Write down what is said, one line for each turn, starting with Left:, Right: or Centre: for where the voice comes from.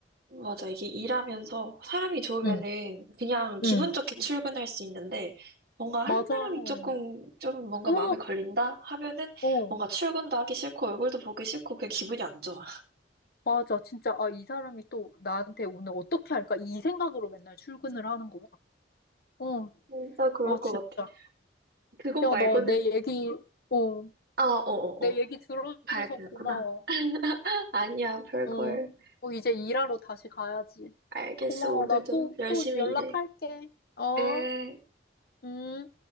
Right: 맞아. 이게 일하면서 사람이 좋으면은
Left: 응,
Right: 그냥 기분
Left: 응,
Right: 좋게 응, 출근할 수 있는데 뭔가
Left: 맞아.
Right: 한 사람이
Left: 어,
Right: 조금 좀 뭔가
Left: 어,
Right: 마음에 걸린다 하면은
Left: 어,
Right: 뭔가 출근도 하기 싫고 얼굴도 보기 싫고 그냥 기분이 안 좋아.
Left: 맞아. 진짜, 아, 이 사람이 또 나한테 오늘 어떻게 할까? 이 생각으로 맨날 출근을 하는 거야. 어,
Right: 진짜 그럴
Left: 와,
Right: 것
Left: 진짜.
Right: 같아. 그거
Left: 야,
Right: 말고는
Left: 너 내 얘기, 어,
Right: 아, 어, 어,
Left: 내
Right: 어.
Left: 얘기 들어줘서
Right: 봐야 되는구나.
Left: 고마워.
Right: <laughs> 아니야, 별걸.
Left: 응. 어, 이제 일하러 다시 가야지.
Right: 알겠어.
Left: 고마워.
Right: 오늘도
Left: 나 또,
Right: 열심히
Left: 또 연락할게.
Right: 일해.
Left: 어,
Right: 에.
Left: 음.